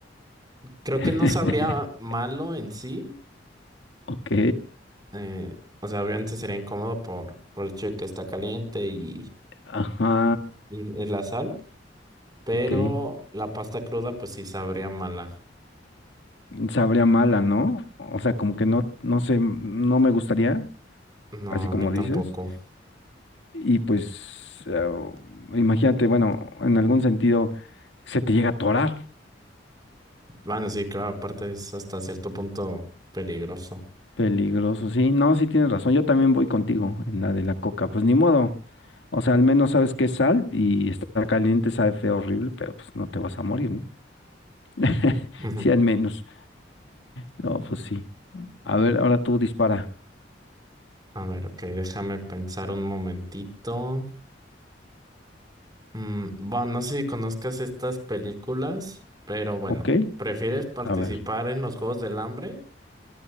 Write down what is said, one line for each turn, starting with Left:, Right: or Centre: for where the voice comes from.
Right: creo
Left: <laughs>
Right: que no sabría malo en sí.
Left: Ok.
Right: eh, o sea, obviamente sería incómodo por, por el hecho de que está caliente y,
Left: Ajá,
Right: y la sal, pero
Left: ok.
Right: la pasta cruda pues sí sabría mala.
Left: Sabría mala, ¿no? O sea, como que no, no sé, no me gustaría,
Right: No,
Left: así
Right: a
Left: como
Right: mí tampoco.
Left: dices. Y pues, eh, imagínate, bueno, en algún sentido se te llega a atorar.
Right: Bueno, sí, claro, aparte es hasta cierto punto peligroso.
Left: Peligroso, sí. No, sí tienes razón. Yo también voy contigo en la de la coca. Pues ni modo. O sea, al menos sabes que es sal y está caliente, sabe feo, horrible, pero pues no te vas a morir, ¿no? <laughs>
Right: <laughs>
Left: Sí, al menos. No, pues sí. A ver, ahora tú dispara.
Right: A ver, ok, déjame pensar un momentito. Mm, bueno, no sé si conozcas estas películas, pero bueno,
Left: ¿Ok?
Right: ¿prefieres participar
Left: A ver.
Right: en los Juegos del Hambre